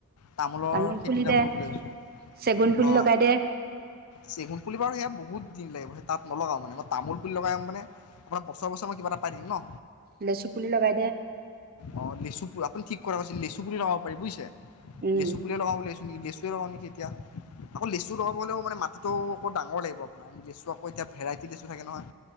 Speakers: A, on the left; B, on the right.
A: তামোলৰ
B: তামোল
A: খেতি
B: পুলি
A: এটা
B: দে
A: কৰোঁ বুলি ভাবিছোঁ?
B: চেগুন পুলি
A: অ'
B: লগাই দে
A: চেগুন পুলি বাৰু সেয়া বহুত দিন লাগিব। তাত নলগাওঁ। মানে মই তামোল পুলি লগাম মানে, আপোনাৰ বছৰে বছৰে মই কিবা এটা পাই থাকিম ন।
B: লেচু পুলি লগাই দে।
A: অ' লেচু পুলি, আপুনি ঠিক কথা কৈছে। লেচু পুলিও লগাব পাৰি বুজিছে,
B: উম
A: লেচু পুলি লগাওঁ বুলি ভাবিছোঁ? লেচুৱে লগাওঁ নেকি এতিয়া, আকৌ লেচু লগাব হ'লে মানে মাটি টো আকৌ ডাঙৰ লাগিব আপোনাৰ, লেচু আকৌ এতিয়া ভেৰাইটি লেচু থাকে নহয়।